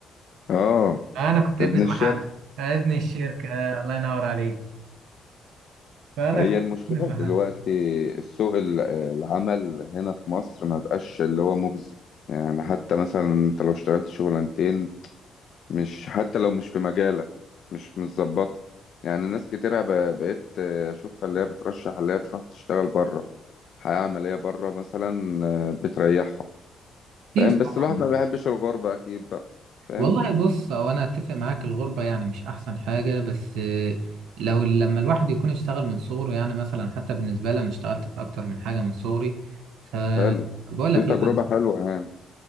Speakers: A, on the left; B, on the right.
A: اه
B: انا كنت
A: ابن
B: ابن المحله
A: الشركة
B: أنا ابن الشركه الله ينور عليك فانا
A: هي
B: كنت
A: المشكلة
B: ابن المحله
A: دلوقتي سوق ال- العمل هنا في مصر ما بقاش اللي هو مجزي يعني حتى مثلا انت لو اشتغلت شغلانتين مش حتى لو مش في مجالك مش متظبطة يعني ناس كتيرة ب- بقيت اشوفها اللي هي بترشح اللي هي تروح تشتغل بره حياة عملية بره مثلا آه، بتريحها فاهم
B: كتير طبعا
A: بس الواحد ما بيحبش الغربة اكيد بقى فاهم
B: والله بص هو انا اتفق معاك الغربة يعني مش احسن حاجة بس آه، لو لما الواحد يكون اشتغل من صغره يعني مثلا حتى بالنسبة لي انا اشتغلت في اكتر من حاجة من صغري فبقول
A: حلو
B: لك
A: دي تجربة
B: لا أنا-
A: حلوة يعني